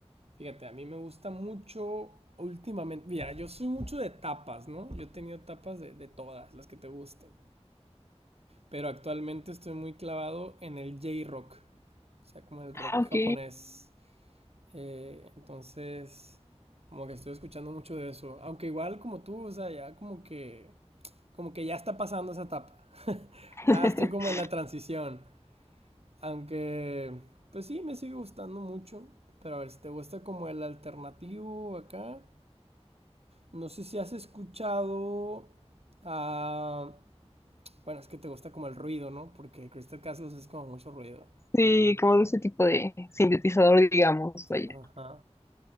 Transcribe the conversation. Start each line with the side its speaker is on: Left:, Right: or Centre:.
Right: Fíjate, a mí me gusta mucho últimamente. Mira, yo soy mucho de tapas, ¿no? Yo he tenido tapas de, de todas, las que te gusten. Pero actualmente estoy muy clavado en el J-Rock. O sea, como el rock
Left: Ah, ok.
Right: japonés. Eh, entonces, como que estoy escuchando mucho de eso. Aunque igual como tú, o sea, ya como que... Como que ya está pasando esa etapa. <laughs>
Left: <laughs>
Right: ya estoy como en la transición. Aunque, pues sí, me sigue gustando mucho. Pero a ver, si te gusta como el alternativo acá, No sé si has escuchado a... Bueno, es que te gusta como el ruido, ¿no? Porque Crystal Castles es como mucho ruido.
Left: Sí, como de ese tipo de sintetizador, digamos, vaya.
Right: Ajá.